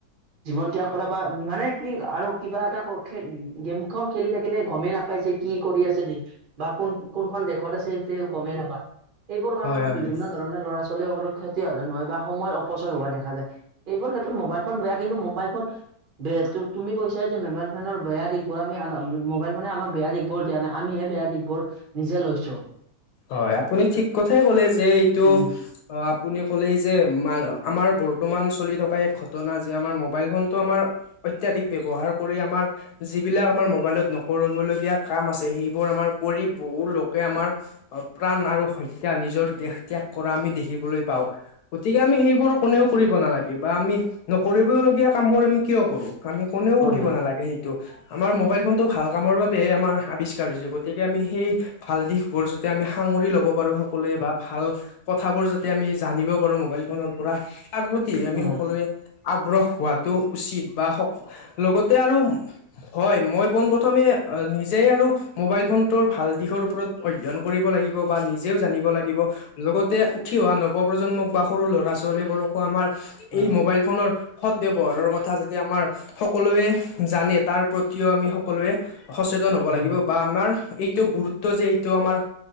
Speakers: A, on the right; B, on the left.
A: জীৱন ত্যাগ কৰা বা মানে কি আৰু কিবা এটা খ গেম খ খেলি থাকিলে গমেই নাপায়। পাইছে কি কৰি আছে দ বা কোন কোনখন দেখ। ত আছে গমেই নাপায়, এইবোৰ কাৰণত
B: হয়
A: বিভিন্ন
B: হয়।
A: ধৰণে ল'ৰা। ল'ৰা ছোৱালীসকল ক্ষতি সাধজন হয় বা সময়ৰ অপচয় হোৱা দেখা যায় এইবোৰ ক্ষেত্ৰত মোবাইল ফোন বেয়া কিন্তু মোবাইল ফোন। বয়া তুমি কৈছা যে মোবাইল ফোনৰ বেয়া দিশ বোৰ আমি মোবাইল ফোনে আমাক বেয়া দিশ বোৰ দিয়া নাই আমি। বেয়া দিশ বোৰ নিজে লৈছো।
B: হয় আপুনি ঠিক কথাই কলে যে এইটো
A: উম
B: অ আপুনি। ক'লে যে আমাৰ বৰ্তমান চলি থকা এক ঘটনা যে আমাৰ মোবাইল ফোনটো আমাৰ। ৱহাৰ আমাৰ যিবিলাক আম মবাইলত নকবলগীয়া কাম আছে সেইবোৰ আমাৰ। বহু লোকে আমাৰ। প্ৰাণ আৰু হত্যা নিজৰ দেশ ত্যাগ কৰা আমি দেখিবলৈ পাওঁ, গতিকে আমি সেইবোৰ কোনেও। কৰিব নালাগে বা আমি নকৰিবওলগীয়া কাম বোৰ আমি কিয় কৰো আমি কোনেও
A: হয়
B: কৰিব
A: হয়
B: নালাগে সেইটো। আমাৰ মোবাইল ফোনটো ভাল কামৰ বাবে আমাৰ আৱিষ্কাৰ হৈছে গতিকে আমি সেই ভাল দিশ বোৰ য। যাতে আমি সাঙৰি ল'ব পাৰো সকলোৱে বা ভাল কথাবোৰ যাতে আমি জানিব পাৰো মোবাইল ফোনৰ পৰা। তাৰ প্ৰতি আমি
A: হয়
B: সকলোৱে
A: হয়
B: আগ্ৰহ- হোৱাামতটো উচিত বা লগতে আৰু হয় মই পোন প্ৰথমে নিজ। যে আৰু মোবাইল ফোনটোৰ ভাল দিশৰ ওপৰত অধ্যয়ন। কৰিব লাগিব বা নিজেও জানিব লাগিব লগতে। উঠি অোৱা নৱপ্ৰজন্মক বা সৰু ল'ৰা ছোৱালীবোৰকো আমাৰ।
A: হয়
B: এই মোবাইল ফোনৰ সৎ ব্যৱহাৰৰ কথা যাতে আমাৰ। সকলোৱে জানে তাৰ প্ৰতিও আমি সকলোৱে সচেতন হ'ব
A: হয়
B: লাগিব
A: হয়
B: বা আমাৰ। এইটো গুৰুত্ব যে এইটো আমাৰ